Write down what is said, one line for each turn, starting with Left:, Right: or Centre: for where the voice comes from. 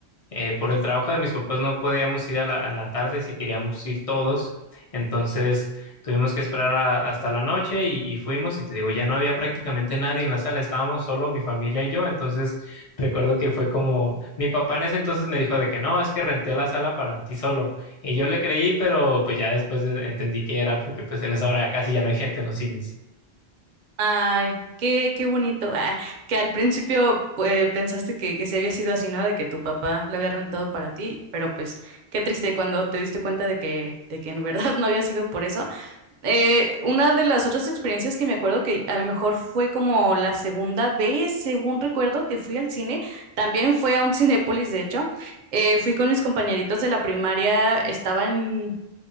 Left: eh, por el trabajo de mis papás no podíamos ir a la, a la tarde si queríamos ir todos, entonces tuvimos que esperar a- hasta la noche y, y fuimos y te digo, ya no había prácticamente nadie en la sala, estábamos solo mi familia y yo, entonces recuerdo que fue como, mi papá en ese entonces me dijo de que no, es que renté la sala para ti solo y yo le creí, pero pues ya después de- entendí que era porque pues en esa hora ya casi ya no hay gente en los cines.
Right: Ay, qué, qué bonito. Ah, que al principio pues, pensaste que, que sí había sido así, ¿no? De que tu papá lo había rentado para ti, pero pues qué triste cuando te diste cuenta de que, de que en verdad <laughs> no había sido por eso. Eh, una de las otras experiencias que me acuerdo que a lo mejor fue como la segunda vez, según recuerdo, que fui al cine, también fue a un Cinépolis, de hecho. Eh, fui con mis compañeritos de la primaria, estaban